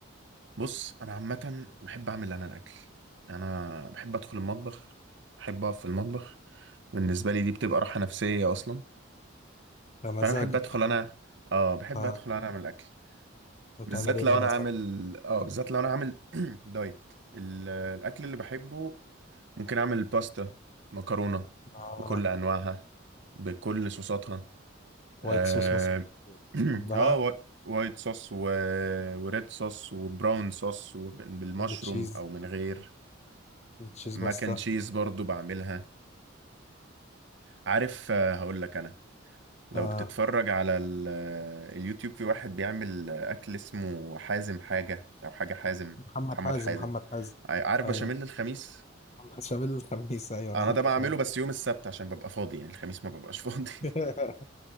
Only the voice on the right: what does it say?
بص انا عامة بحب اعمل انا الاكل انا بحب ادخل المطبخ بحب اقف في المطبخ بالنسبة لي دي بتبقى راحة نفسية اصلا
فانا بحب ادخل انا اه بحب
ادخل انا اعمل الاكل
بالذات
لو
انا
عامل اه بالذات لو انا عامل <clears throat> دايت ال- الاكل اللي بحبه ممكن اعمل باستا مكرونه
بكل انواعها بكل صوصاتها
اه,
<clears throat>
آه وا- وايت صوص و... وريد صوص وبراون صوص وبالمشروم
او من غير
ماك
اند تشيز برضو بعملها عارف آه هقول لك انا لو
بتتفرج على ال... آه، اليوتيوب في واحد بيعمل آه، اكل اسمه حازم حاجه او حاجه حازم
محمد
حازم
ع- عارف
بشاميل الخميس
انا
ده بعمله
بس يوم السبت عشان ببقى فاضي يعني الخميس ما ببقاش <laughs> فاضي